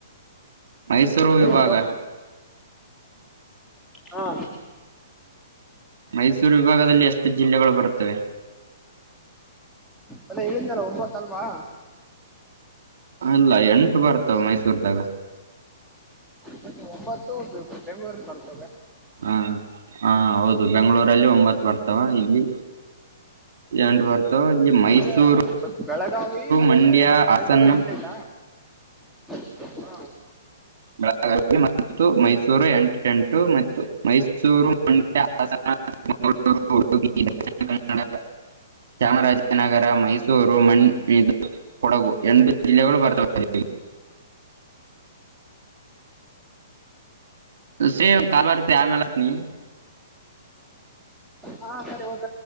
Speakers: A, on the right; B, in the centre.
A: ಮ ಸೂರು ವಿಭಾಗ
B: ಹೇಳಿ ಬ್ರೋ ಹಾ
A: ಮೈಸೂರು ವಿಭಾಗದಲ್ಲಿ ಎಷ್ಟು ಜಿಲ್ಲೆಗಳು ಬರುತ್ತವೆ
B: ಅದೇ ಹೇಳಿಂದಲ್ ಒಂಬತ್ತ ಅಲ್ವಾ
A: ಅಲ್ಲ ಎಂಟು ಬರ್ತಾವ ಮೈಸೂರ್ದಾಗ
B: ಮತ್ತೆ ಒಂಬತ್ತು ಬೆಂ್ಗಳೂರಲ್ಲಿ ಬರ
A: ಹಾ ಹಾ ಹೌದು ಬೆಂಗಳೂರಲ್ಲಿ ಒಂಬತ್ತು ಬರ್ತಾವ ಇಲ್ಲಿ ಎಂಟ ಬರ್ತಾವ ಇಲ್ಲಿ ಮೈಸೂರು
B: ಅಂದ್ರೆ ಬೆಳಗಾವಿ ಮತ್ತೆ
A: ಮಂಡ್ಯ ಹಾಸನ
B: ಮೈಸೂರು ಎಂಟೆಂಟ ಹಾ
A: ಬೆಳಗಾವಿ ಮತ್ತು ಮೈಸೂರು ಎಂಟ ಎಂಟು ಮತ್ತು ಮೈಸೂರು ಮಂಡ್ಯ ಹಾಸನ ಉಡುಪಿ ದಿಣ ಕನ್ನಡ ಚಾಮರಾಜನಗರ ಮೈಸೂರು ಮಣದು ಕೊಡಗು ಎಂಟು ಜಿಲ್ಲೆಗಳು ಬರ್ತವೆ ಸೇಮ ಕಬಾರತ ಆಮ್ಯಲ ನೀ
B: ಹಾ ಸರಿ ಓಕ